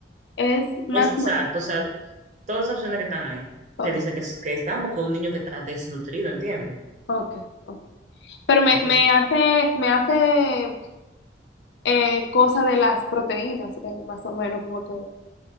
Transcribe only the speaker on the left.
es más...
mo-
Ok,
ok, ok. Pero me,
me hace, me hace eh, cosa de las proteínas, eh, más o menos, como que,